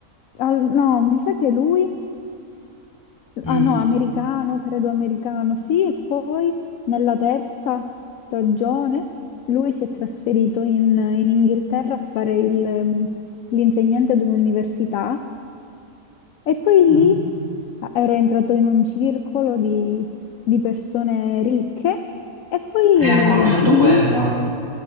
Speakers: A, on the left (about 65°); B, on the left (about 15°).
A: Ah, no, mi sa che lui...
B: Mm,
A: Ah no, americano, credo americano, sì. E poi nella terza stagione lui si è trasferito in, in Inghilterra a fare il, ehm, l'insegnante ad un'università e poi lì
B: mm.
A: ah, era entrato in un circolo di, di persone ricche e poi
B: E ha conosciuto
A: lì...
B: quella,